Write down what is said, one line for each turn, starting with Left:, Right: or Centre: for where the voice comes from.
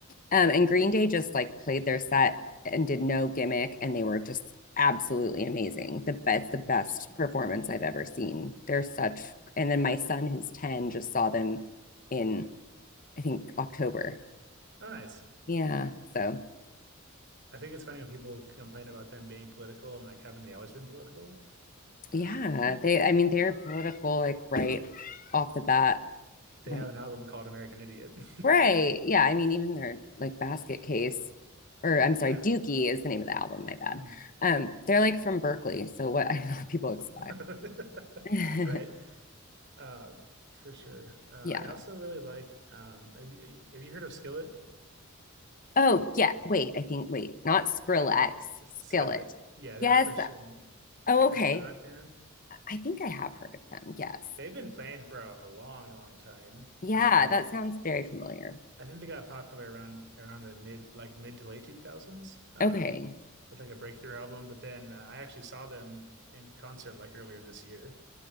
Left: Um, and Green Day just like played their set and did no gimmick, and they were just absolutely amazing. The best, the best
Right: <laughs> Interesting.
Left: performance I've ever seen. They're such.
Right: Huh.
Left: And then my son, who's ten, just saw them in I think October.
Right: Oh, nice.
Left: Yeah. So
Right: I think it's funny when people complain about them being political. I'm like, haven't they always been political?
Left: yeah,
Right: <laughs>
Left: they. I mean, they're political, like right off the bat.
Right: They
Left: Um,
Right: have an album called American Idiot. <laughs>
Left: right. Yeah. I mean, even their like basket case. Or I'm sorry,
Right: Yeah.
Left: Dookie is the name of the album. My bad.
Right: Mhm.
Left: Um, they're like from Berkeley, so what <laughs> I know what people expect.
Right: <laughs>
Left: <laughs>
Right: Right. Um, for sure. Uh, I
Left: Yeah.
Right: also really like, um, have you, have you heard of Skillet?
Left: Oh, yeah. Wait, I think, wait, not Skrillex,
Right: Yeah, this
Left: Skillet.
Right: is Skillet. Yeah, they're
Left: Yes.
Right: a Christian
Left: Oh,
Right: Christian
Left: okay.
Right: rock band.
Left: I think I have heard of them. Yes.
Right: They've been playing for a long, long time.
Left: Yeah,
Right: Um,
Left: that
Right: but
Left: sounds very familiar.
Right: I think they got popular around around the mid like mid to late 2000s um
Left: Okay.
Right: with like a breakthrough album but then uh, I actually saw them in concert like earlier this year